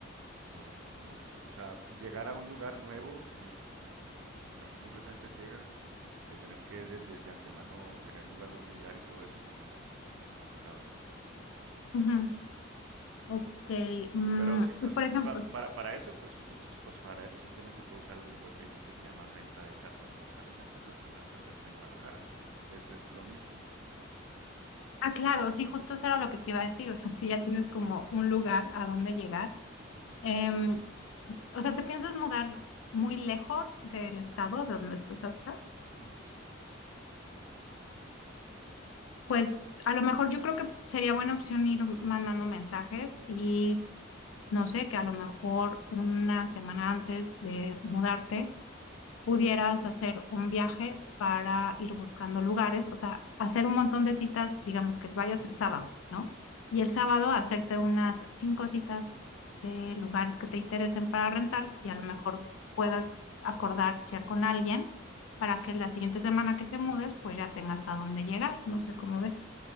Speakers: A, on the right (about 80°); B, on the left (about 85°).
A: no, no es, o sea, llegar a un lugar nuevo así completamente a ciegas, eh, tener que desde de antemano tener un lugar donde llegar y todo eso, pues me parece muy, muy complicado, ¿no?
B: Ujú. Ok. mm,
A: Pero sí,
B: y
A: o s-
B: por ejemplo,
A: pues pa- para, para eso, pues entonces, pues para eso simplemente puedo usar un grupo de Facebook que se llama Renta de Casas o Casas en Renta, Departamentos en Renta en Guadalajara. Es, es lo mismo, ¿no?
B: Ah, claro, sí, justo eso era lo que te iba a decir, o sea, si ya tienes como un lugar a donde llegar.
A: Ujú,
B: Em, o sea, ¿te piensas mudar muy lejos del estado de donde estás ahorita?
A: ujú, sí.
B: Pues a lo mejor yo creo que sería buena opción ir mandando mensajes y no sé, que a lo mejor una semana antes de mudarte pudieras hacer un viaje para ir buscando lugares, o sea, hacer un montón de citas, digamos que vayas el sábado, ¿no? Y el sábado hacerte unas cinco citas de lugares que te interesen para rentar y a lo mejor
A: ujú.
B: puedas acordar ya con alguien para que la siguiente semana que te mudes, pues ya tengas a dónde llegar, no sé cómo ves.